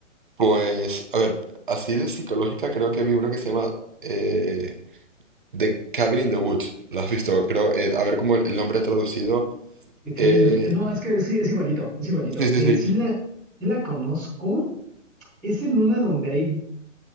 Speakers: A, on the right; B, in the centre.
A: Pues, a ver, así de psicológica creo que vi una que se llama eh, The Cabin in the Woods. ¿La has visto? Creo, eh, a ver cómo el, el nombre traducido.
B: The Cabin
A: eh,
B: of- No, es que sí, es igualito, es igualito.
A: sí, sí,
B: Eh,
A: sí.
B: sí la, sí la conozco, es en una donde hay,